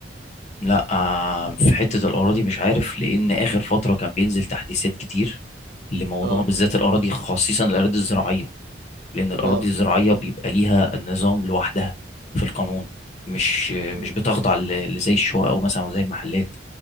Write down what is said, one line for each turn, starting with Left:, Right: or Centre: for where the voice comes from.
Left: لا آه، في حتة الأراضي مش عارف لأن آخر فترة كان بينزل تحديثات كتير لموضوع
Right: اه
Left: بالذات الأراضي خصيصا الأراضي الزراعية لأن الأراضي
Right: اه
Left: الزراعية بيبقى ليها نظام لوحدها في القانون مش مش
Right: مم.
Left: بتخضع ل- لزي الشقق أو مثلا وزي المحلات